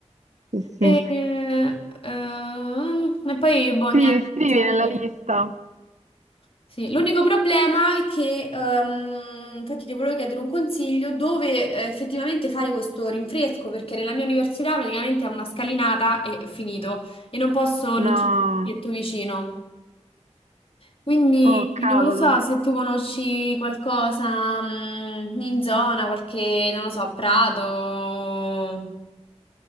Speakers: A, on the right (about 80°); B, on the left (about 50°).
A: sì, sì.
B: E, eh, eh, e poi, boh,
A: Scrivi,
B: niente,
A: scrivi
B: pensavo
A: nella
B: questo.
A: lista.
B: Sì, l'unico problema è che, ehm, infatti ti volevo chiedere un consiglio dove eh, effettivamente fare questo rinfresco, perché nella mia università praticamente è una scalinata e finito, e non posso,
A: No,
B: non c'è un parchetto vicino. Quindi
A: oh cavolo.
B: non lo so se tu conosci qualcosa, mm, in zona, qualche, non lo so, Prato.